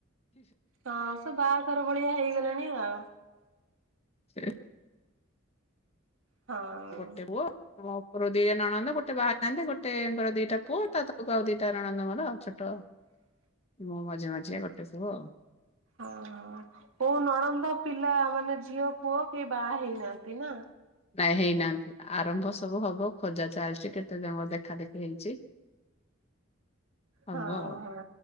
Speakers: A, on the right (about 90°); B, on the left (about 30°).
A: ହଁ ସେ ବାହାଘର ଭଳିଆ ହେଇଗଲେଣି ଆଉ।
B: <inaudible>
A: ହଁ
B: ଗୋଟେ ପୁଅ ମ ମୋର ଦିଟା ନଣଦ ଗୋଟେ ବାହା ହେଇ ନାହାନ୍ତି ଗୋଟେଙ୍କର ଦିଟା ପୁଅ ତା ତଳକୁ ଆଉ ଦିଟା ନଣନ୍ଦ। ମୋର ଛୋଟ
A: <inaudible>
B: ମୋ ମଝେ ମଝିଆ ଗୋଟେ ପୁଅ ଆଉ
A: ଓ କୋଉ ନଣନ୍ଦ ପିଲା ମାନେ ଝିଅ, ପୁଅ କେହି ବାହା ହେଇନାହାନ୍ତି ନା?
B: ନାଇଁ ହେଇନାହାନ୍ତି। ଆରମ୍ଭ ସବୁ ହବ ଖୋଜା ଚାଲିଛି, କେତେ ଜଣଙ୍କର ଦେଖା ଦେଖି ହେଇଛି। ହବ
A: ହଁ
B: ଆଉ।
A: ହଁ